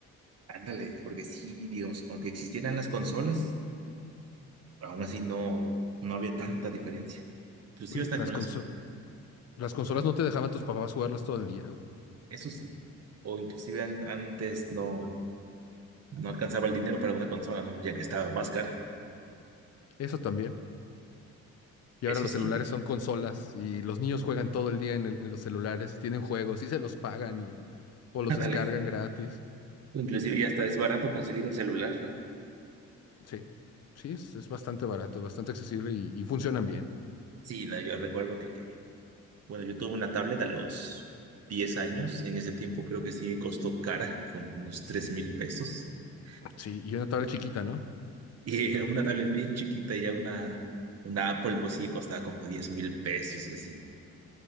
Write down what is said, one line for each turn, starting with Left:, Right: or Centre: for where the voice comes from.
Right: Ándale, porque sí, Dios, aunque existieran las consolas, aún así no, no había tanta diferencia. Inclusive
Left: Oye,
Right: hasta
Left: las
Right: con
Left: conso-
Right: las...
Left: las consolas
Right: ¿sí?
Left: no te dejaban tus papás jugarlas todo el día.
Right: Eso sí. O inclusive an- antes no No alcanzaba el dinero para una consola, ¿no? Ya que estaba más cara.
Left: Eso también. Y ahora
Right: Eso
Left: los
Right: sí,
Left: celulares son consolas y los niños juegan todo el día en, el- en los celulares y tienen juegos y se los pagan y, o los
Right: <laughs> ándale.
Left: descargan gratis.
Right: Inclusive ya está es barato conseguir un celular, ¿no?
Left: Sí, sí, es, es bastante barato, bastante accesible y, y funcionan bien.
Right: Sí, no, yo recuerdo que, bueno, yo tuve una tablet a los 10 años. En ese tiempo creo que sí costó cara, como unos tres mil pesos. <laughs>
Left: Sí, y una tablet chiquita, ¿no?
Right: Y era una tablet bien chiquita, y ya una, una Apple, pues sí, costaba como diez mil pesos y así.